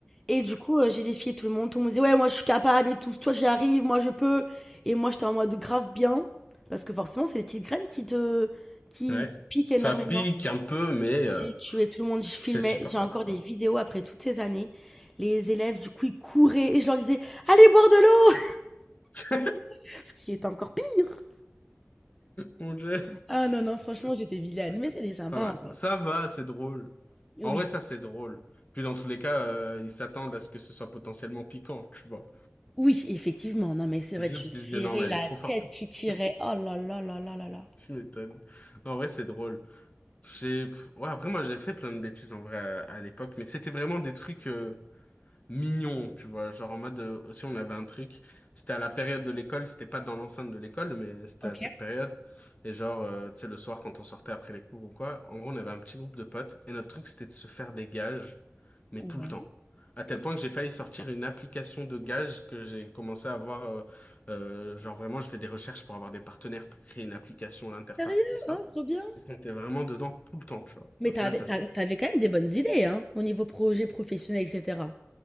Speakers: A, in the centre; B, on the left.
A: Et du coup, euh, j'ai défié tout le monde, tout le monde disait, ouais, moi je suis capable et tout, toi j'y arrive, moi je peux. Et moi j'étais en mode grave bien, parce que forcément c'est les petites graines qui te, qui,
B: Ouais.
A: qui piquent
B: Ça
A: énormément.
B: pique un peu, mais
A: J'ai
B: euh,
A: tué tout le monde, je
B: c'est
A: filmais,
B: supportable,
A: j'ai encore
B: quoi.
A: des vidéos après toutes ces années. Les élèves, du coup, ils couraient et je leur disais, allez boire de l'eau!
B: <laughs>
A: <laughs> Ce qui est encore pire.
B: Mon Dieu.
A: Ah non, non, franchement, j'étais vilaine,
B: Ok.
A: mais c'était sympa
B: Pas mal.
A: en vrai.
B: Ça va, c'est drôle.
A: Oui.
B: En vrai, ça, c'est drôle. Puis dans tous les cas, euh, ils s'attendent à ce que ce soit potentiellement piquant, tu vois.
A: Oui, effectivement. Non, mais c'est vrai,
B: Juste,
A: tu
B: ils se
A: verrais
B: non, mais elle
A: la
B: est trop forte,
A: tête
B: quoi.
A: qui tirait.
B: <laughs>
A: Oh là là là là là là.
B: Tu m'étonnes. En vrai, c'est drôle. J'ai... pff, Ouais, après, moi, j'ai fait plein de bêtises, en vrai, à, à l'époque, mais c'était vraiment des trucs... euh, mignon, tu vois. Genre en mode, euh, aussi on avait un truc, c'était à la période de l'école, c'était pas dans l'enceinte de l'école, mais c'était
A: Ok.
B: à cette période. Et genre, euh, tu sais, le soir quand on sortait après les cours ou quoi, en gros on avait un petit groupe de potes et notre truc c'était de se faire des gages, mais
A: Ouais.
B: tout le temps. À tel
A: Ok.
B: point que j'ai failli sortir une application de gages que j'ai commencé à avoir, euh, euh, genre vraiment je fais des recherches pour avoir des partenaires pour créer une application, l'interface,
A: Sérieux?
B: tout ça.
A: Hein, trop bien.
B: Parce qu'on était vraiment dedans tout le temps, tu vois.
A: Mais
B: Au
A: t'avais,
B: final, ça
A: t'a-
B: s'est
A: t'avais quand même des bonnes idées, hein, au niveau projet professionnel, etc.